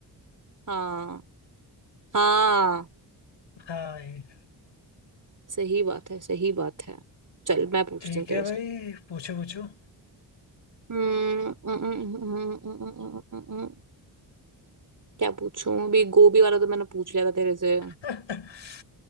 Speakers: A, on the right; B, on the left.
A: हाँ हाँ
B: हाँ भाई
A: सही बात है सही बात है चल मैं पूछती
B: ठीक
A: हूँ तेरे
B: है भाई
A: से
B: पूछो पूछो
A: हम्म, हम्म, हम्म, हम्म, हम्म, हम्म, हम्म, हम्म, हम्म, क्या पूछूं अभी गोभी वाला तो मैंने पूछ लिया था तेरे से
B: <laughs>